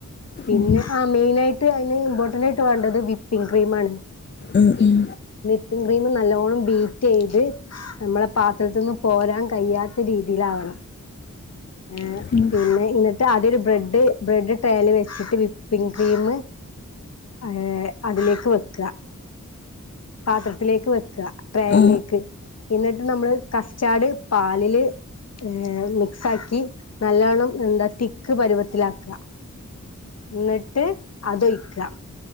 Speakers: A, on the left (about 55°); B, on the left (about 35°).
A: പിന്നെ
B: ഉം,
A: ആ മെയിന ആയിട്ട് അതിന് ഇമ്പോർട്ടന്റ് ആയിട്ട് വേണ്ടത് വിപ്പിംഗ ക്രീം ആണ്
B: ഉം ഉം
A: വിപ്പിംഗ ക്രീം നല്ലോണ്ണംബീറ്റ് യ്ത് നമ്മളെ പാത്രത്തൊന്നും പോരാൻ കഴിയാത്ത രീതിയിലാവണം ഏ
B: ഉം
A: പിന്നെ എന്നിട്ട് ആദ്യ ഒരു ബ്രെഡ് ബ്രെഡ് ട്രയൽ വെച്ചിട്ട് വിപ്പിങ് ക്രീം ഏ അതിലേക്ക് വെക്ക പാത്രത്തിലേക്ക് വെക്കട്രയയിലേക്ക്
B: ആ
A: എന്നിട്ട് നമ്മള് കസ്റ്റാട് പാലില് ഏ മിക്സ് ആാക്കി നല്ലവണ്ണം എന്താ തിക്ക് പരുവത്തിലാക്ക എന്നിട്ട് അതൊയ്ക്ക